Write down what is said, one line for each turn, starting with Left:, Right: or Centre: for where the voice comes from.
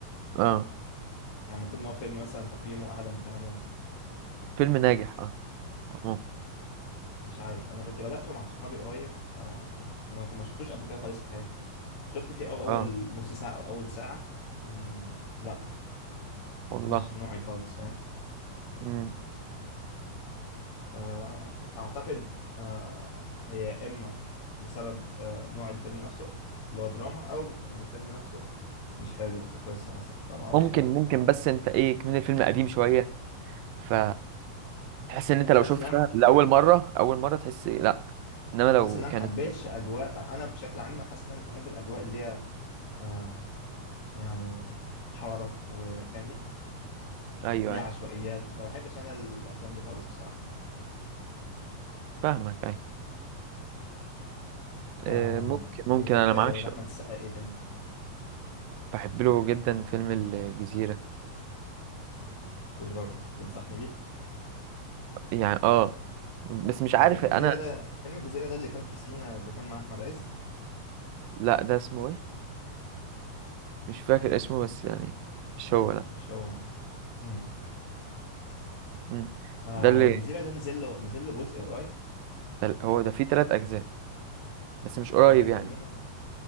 Right: اه
Left: يعني المفروض ان هو فيلم مثلا تقييمه اعلى من 8 مثلا
Right: فيلم ناجح اه اه
Left: مش عارف انا كنت بدأته مع صحابي قريب آه ما ما شفتوش قبل كده خالص في حياتي شفت فيه أو اول
Right: آه،
Left: نص ساعة او اول ساعة مم، لا
Right: والله
Left: مش نوعي خالص فاهم
Right: مم.
Left: فأعتقد آه، هي يا إما بسبب آه، نوع الفيلم نفسه اللي هو دراما أو إن الفيلم نفسه مش حلو كقصة مثلا فما أعرفش
Right: ممكن
Left: بقى بصراحة
Right: ممكن بس انت ايه كمان الفيلم قديم شوية ف تحس ان
Left: يعني
Right: انت لو
Left: حاسس
Right: شفت
Left: إن أنا
Right: فيها لأول مرة أول مرة تحس إيه لا انما لو
Left: حاسس إن أنا
Right: كانت
Left: محبتش أجواء أنا بشكل عام حاسس إن أنا مش بحب الأجواء اللي هي آه، يعني حارة وفاهمني
Right: ايوه
Left: اللي هي عشوائيات
Right: ايوه
Left: ما بحبش أنا الأفلام دي خالص بصراحة
Right: فاهمك ايوه
Left: آه،
Right: آه، ممكن ممكن
Left: أنت بتحب
Right: انا معاكش
Left: لأحمد السقا إيه تاني؟
Right: بحب له جدا فيلم الجزيرة
Left: ما شفتوش برضه تنصحني بيه؟
Right: يعني اه بس مش عارف
Left: هو فيلم الجزيرة
Right: انا
Left: ده فيلم الجزيرة ده اللي كان في سينا اللي كان مع أحمد عز
Right: لا ده اسمه ايه مش فاكر اسمه بس يعني مش هو لا
Left: مش هو امم
Right: مم.
Left: آه
Right: ده اللي
Left: هو الجزيرة ده نزل له نزل له جزء قريب
Right: ده ال- هو ده فيه تلات أجزاء بس مش قريب
Left: تلاتة حلوين
Right: يعني
Left: ولا